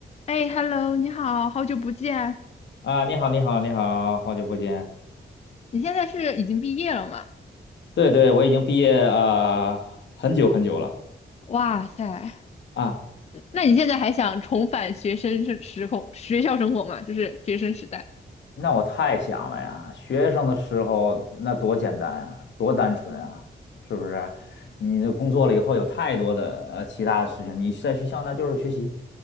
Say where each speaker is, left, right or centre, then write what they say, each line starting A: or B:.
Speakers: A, on the left (about 35°); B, on the left (about 85°).
A: 哎，Hello，你好，好久不见。
B: 啊，你好，你好，你好，好久不见。
A: 你现在是已经毕业了吗？
B: 对对，我已经毕业啊、呃很久很久了
A: 哇塞，
B: 啊。
A: 那你现在还想重返学生时时空学校生活吗？就是学生时代。
B: 那我太想了呀，学生的时候那多简单啊，多单纯啊，是不是？你的工作了以后有太多的呃其他的事情，你在学校那就是学习，